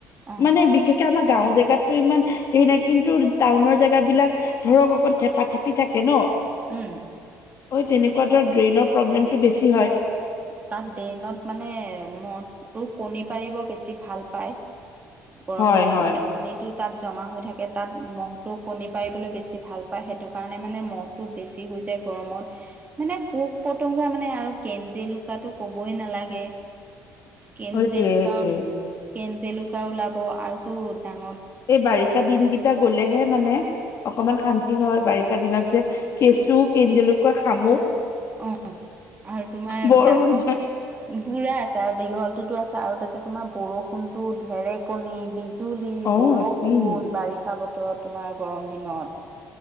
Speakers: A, on the right; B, on the left.
A: অঁ
B: মানে বিশেষকে আমাক। গাঁওৰ জেগাতো ইমান হেৰি নাই কিন্তু টাউনৰ জেগা বিলাক ধৰক অকন থেপা থেপি থাকে ন।
A: উম।
B: ঐ তেনেকুৱা ধৰ গ্ৰেইনৰ প্ৰব্লেমটো বেছি হয়।
A: তাত ড্ৰেইনত মানে মদটো কণী পাৰিব বেছি ভাল পায়। গৰম
B: হয়
A: দিনত
B: হয়
A: মানে পানীতটো তাত। জমা হৈ থাকে তাত মহটো কণী পাৰিবলৈ বেছি ভাল পায় সেইটো কাৰণে মানে মহটো বেছি হৈ যায়। গৰমত মানে পোক পতংগা মানে আৰু কেনজেলু। কাটো ক'বই নালাগে কেনজেল
B: সেইটোৱে সেইটোৱে
A: কান। কেন জেলুকা ওলাব আৰুতো ডাঙ।
B: এই বাৰিষা দিনকেইটা গলেহে মানে। অকমান শান্তি হয় বাৰিষা দিনত যে কেঁচু কে জেলুকৈ খামুক।
A: অ আৰু তোমাৰ
B: বৰ
A: ডাঙৰ
B: মানে
A: বুৰা আছে আৰু দীঘলটোতো আছ। আৰু তাতে তোমাৰ বৰষুণতো ঢেৰেকণি বি। জুলি
B: অ
A: বৰষুণ
B: উম
A: বাৰিষা বতৰ তোমাৰ গৰম দিনত।